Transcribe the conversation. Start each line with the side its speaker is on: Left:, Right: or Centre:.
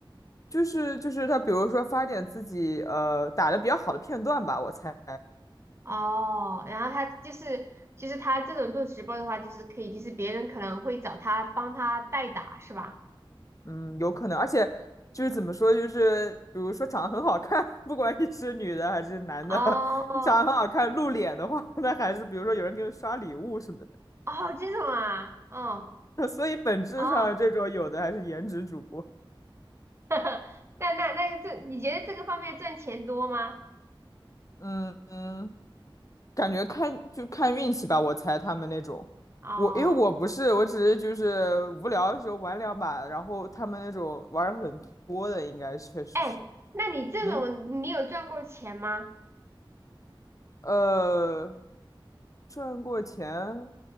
Left: 就是就是他，比如说发点自己呃打的比较好的片段吧，我猜，
Right: 哦，然后他就是就是他这种做直播的话，就是可以，就是别人可能会找他帮他代打，是吧？
Left: 嗯，有可能，而且就是怎么说，
Right: 嗯，
Left: 就是比如说长得很好看，<laughs> 不管你是女的还是男的，
Right: 哦
Left: <laughs> 你长得很好看，露脸的话，<laughs> 那还是比如说有人给你刷礼物什么
Right: 哦，这种啊，哦
Left: 的，<laughs> 所以本质上这种有的还是颜值主播，
Right: 哦，<laughs> 那那那个这，你觉得这个方面赚钱多吗？
Left: 嗯嗯。感觉看就看运气吧，我猜他们那种，
Right: 哦，
Left: 我因为我不是，我只是就是无聊的时候玩两把，然后他们那种玩儿很多的，应该确实是，
Right: 哎，那你这种你有赚过钱吗？
Left: 嗯，呃，赚过钱